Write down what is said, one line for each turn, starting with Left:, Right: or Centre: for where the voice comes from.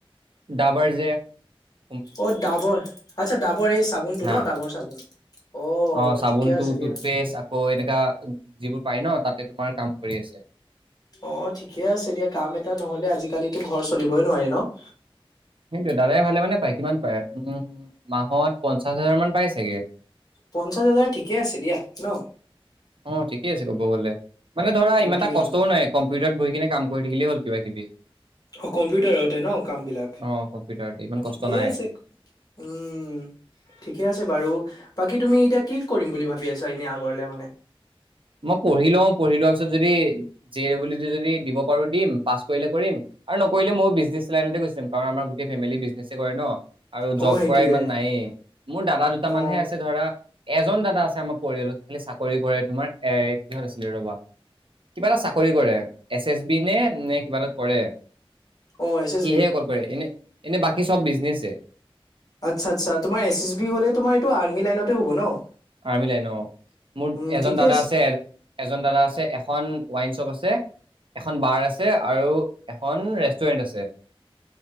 Right: ডাবাৰ যে <inaudible>
Left: অ! ডাবৰ আচ্ছা ডাবৰ এই চাবোনটো
Right: হা
Left: ন ডাবৰ চাবোন। <inaudible>
Right: অ! চাবোনটো,
Left: ঠিকে আছে দিয়া
Right: টুথপেষ্ট আকৌ এনেকা যিবোৰ পাই ন তাতে তোমাৰ কাম কৰি আছে। <inaudible>
Left: অ! ঠিকে আছে দিয়া। কাম এটা নহলে আজিকালিতো ঘৰ চলিবই নোৱাৰি ন? <inaudible>
Right: সেইটো দাদাই ভালে মানে পায়। কিমান পায় উম মাহত পঞ্চাশ হাজাৰ মান পাই চাগে। <inaudible>
Left: পঞ্চাশ হাজাৰ ঠিকে আছে দিয়া ন? <inaudible>
Right: অঁ! ঠিকে আছে কব গ'লে। মানে ধৰা ইমান
Left: এইটো
Right: এটা
Left: এইটো
Right: কষ্টও নাই কম্পিউটাৰত বহি কিনে কাম <unintelligible> কৰি থাকিলেই হ'ল কিবাকিবি। <unintelligible>
Left: অ! কম্পিউটাৰতে ন কামবিলাক
Right: অ' কম্পিউটাৰতে ইমান কষ্ট
Left: ঠিকে
Right: নাই।
Left: আছে। <unintelligible> উম। <inaudible> ঠিকে আছে বাৰু। বাকী তুমি এতিয়া কি কৰিম বুলি ভাবি আছা এনে আগৰলে মানে? <unintelligible>
Right: মই পঢ়ি লওঁ। পঢ়ি লোৱাৰ পিছত যদি জে এ ডব্লউটি যদি দিব পাৰোঁ দিম। পাছ কৰিলে কৰিম <unintelligible> আৰু নকৰিলে ময়ো বিজনেছ লাইনতে গুচি যাম কাৰণ আমাৰ গোটেই ফেমিলি বিজনেছ কৰে ন। <inaudible> আৰু
Left: অ
Right: জব
Left: সেইটোয়ে
Right: কৰা ইমান নায়েই। মোৰ দাদা দুটামানহে
Left: অ
Right: আছে ধৰা। <inaudible> এজন দাদা আছে আমাৰ পৰিয়ালত খালি চাকৰি কৰে তোমাৰ এ কিহঁত আছিলে ৰবা। <inaudible> কিবা এটা চাকৰি কৰে এছএছবি নে নে কিবা এটা কৰে। <inaudible>
Left: অ এছ এছ
Right: সিহে
Left: বি
Right: অকল কৰে। এনে-এনে বাকী চব বিজনেছে। <unintelligible>
Left: আচ্ছা-আচ্ছা। তোমাৰ এছ এছ বি হলে তোমাৰ এইটো আৰ্মি লাইনতে হব ন? <inaudible>
Right: আৰ্মি লাইন অঁ। মোৰ
Left: উম
Right: এজন
Left: ঠিকে
Right: দাদা আছে <unintelligible> এজন দাদা আছে এখন ৱাইন শ্বপ আছে। <inaudible> এখন বাৰ আছে আৰু এখন ৰেষ্টুৰেণ্ট আছে। <inaudible>